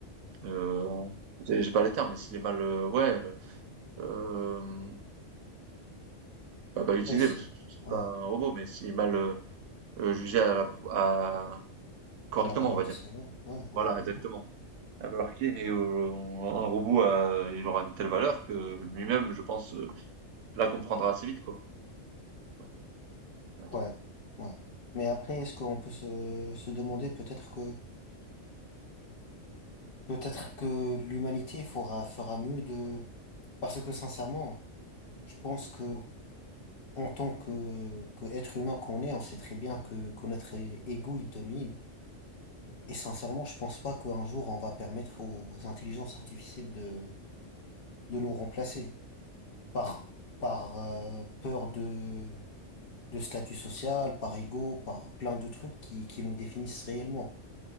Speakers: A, on the right; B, on the left.
A: euh, j'ai j'ai pas les termes, mais s'il est mal, euh, ouais, euh, euh, pas, pas utilisé,
B: Ouais, si.
A: parce que tu dis
B: Ouais.
A: pas un robot, mais s'il est mal euh, euh, jugé à la, pro- à, correctement,
B: À la valeur
A: on va
B: de
A: dire.
B: ces mots. Ouais, ouais,
A: Voilà,
B: de
A: exactement.
B: ouf.
A: La valeur clé et euh, un robot a- il aura une telle valeur que lui-même, je pense, euh, la comprendra assez vite, quoi. Ouais, attends.
B: Ouais, ouais. Mais après, est-ce qu'on peut se, se demander peut-être que peut-être que l'humanité fera fera mieux de parce que sincèrement, je pense que en tant que, que être humain qu'on est, on sait très bien que, que notre é- ego, il domine. Et sincèrement, je pense pas qu'un jour, on va permettre aux intelligences artificielles de, de nous remplacer par, par euh, peur de, de statut social, par ego, par plein de trucs qui, qui nous définissent réellement.